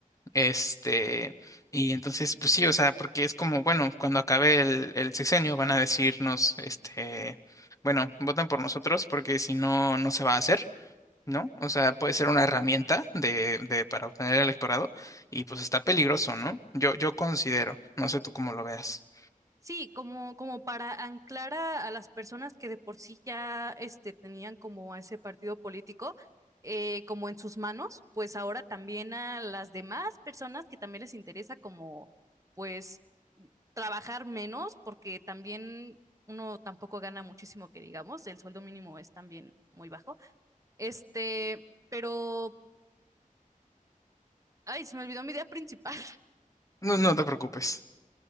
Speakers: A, on the left; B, on the right.
A: Este, y entonces, pues sí, o sea, porque es como, bueno, cuando acabe el, el sexenio van a decirnos, este, bueno, votan por nosotros porque si no, no se va a hacer, ¿no? O sea, puede ser una herramienta de, de, para obtener el electorado y pues está peligroso, ¿no? Yo, yo considero, no sé tú cómo lo veas.
B: Sí, como, como para anclar a, a las personas que de por sí ya este, tenían como a ese partido político eh, como en sus manos, pues ahora también a las demás personas que también les interesa como pues trabajar menos, porque también uno tampoco gana muchísimo que digamos, el sueldo mínimo es también muy bajo. Este, pero, ay, se me olvidó mi idea principal.
A: No, no te preocupes.